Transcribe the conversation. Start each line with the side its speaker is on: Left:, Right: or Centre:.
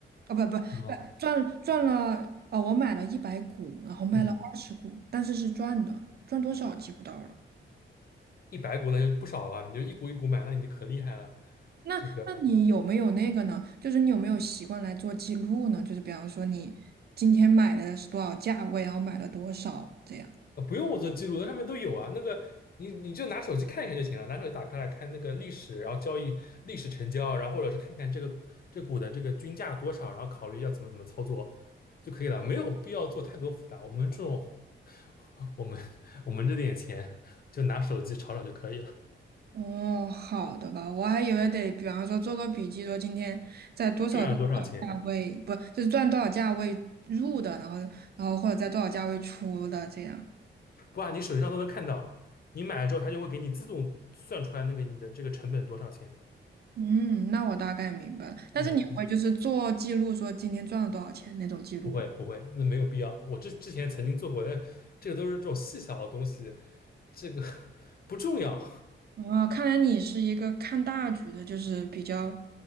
Right: 哦，不不，
Left: 嗯
Right: 赚赚了，哦我买了一百股，然后卖了二十股，
Left: 嗯，
Right: 但是是赚的，赚多少记不到了。
Left: 一百股那就不少了，你就一股一股买，那你就可厉害了。
Right: 那那你有没有那个呢？
Left: 这个。
Right: 就是你有没有习惯来做记录呢？就是比方说你今天买的是多少价位，然后买了多少这样。
Left: 呃，不用我做记录，那上面都有啊。那个你你就拿手机看一看就行了，拿手机打开来看那个历史，然后交易历史成交，然后或者是看看这个这股的这个均价多少，然后考虑要怎么怎么操作就可以了，没有必要做太多复杂。我们这种我们我们这点钱就拿手机炒炒就可以了，
Right: 哦，好的吧，我还以为得，比方说做个笔记，说今天在多少多少价位，
Left: 赚了多少钱，
Right: 不，就是赚多少价位入的，然后，然后或者在多少价位出的这样。
Left: 不啊，你手机上都能看到，你买了之后它就会给你自动算出来那个你的这个成本多少钱。
Right: 嗯，那我大概明白了。但是你会就是做记录，
Left: 嗯
Right: 说今天赚了多少钱那种记录吗？
Left: 不会不会，那没有必要。我之之前曾经做过，但这个都是这种细小的东西，这个 <laughs> 不重要。
Right: 哦，看来你是一个看大局的，就是比较